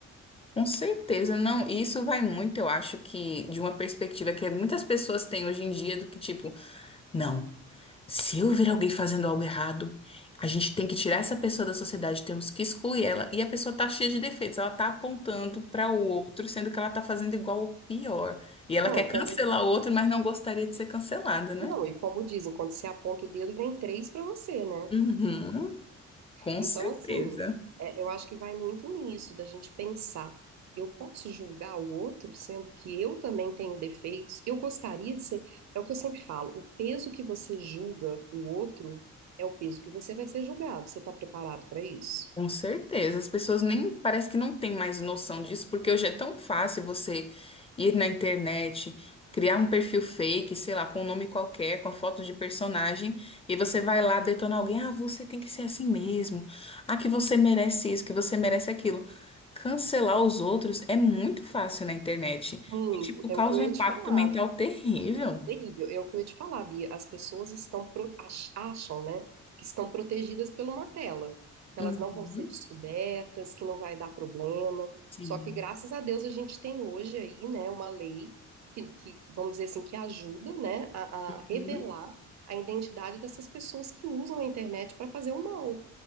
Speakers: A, on the left (about 20°); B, on the right (about 60°).
A: Com certeza, não. E Isso vai muito, eu acho que, de uma perspectiva que muitas pessoas têm hoje em dia do que, tipo, não. Se eu ver alguém fazendo algo errado, a gente tem que tirar essa pessoa da sociedade, temos que excluir ela. E a pessoa tá cheia de defeitos, ela tá apontando para o outro, sendo que ela tá fazendo igual ou pior. E ela
B: Não,
A: quer cancelar
B: como,
A: o outro, mas não gostaria de ser cancelada, né?
B: não, e como dizem, quando você aponta o dedo, vem três para você, né?
A: Uhum, com
B: Então,
A: certeza.
B: assim, é, eu acho que vai muito nisso, da gente pensar. Eu posso julgar o outro, sendo que eu também tenho defeitos. Eu gostaria de ser. É o que eu sempre falo: o peso que você julga o outro é o peso que você vai ser julgado. Você está preparado para isso?
A: Com certeza, as pessoas nem parece que não têm mais noção disso, porque hoje é tão fácil você ir na internet, criar um perfil fake, sei lá, com um nome qualquer, com a foto de personagem, e você vai lá detonar alguém, ah, você tem que ser assim mesmo, ah, que você merece isso, que você merece aquilo. Cancelar os outros é muito fácil na internet
B: Muito.
A: e, tipo,
B: É
A: causa
B: o que eu ia
A: um impacto
B: te falar.
A: mental terrível.
B: Delírio, é o que eu ia te falar, Bia. As pessoas estão pro- ach- acham, né, que estão protegidas por uma tela, que elas
A: Uhum,
B: não vão ser descobertas, que não vai dar problema.
A: sim,
B: Só que graças a Deus a gente tem hoje aí, né, uma lei que, que, vamos dizer assim, que ajuda, né, a, a revelar
A: Uhum,
B: a identidade dessas pessoas que usam a internet para fazer o mal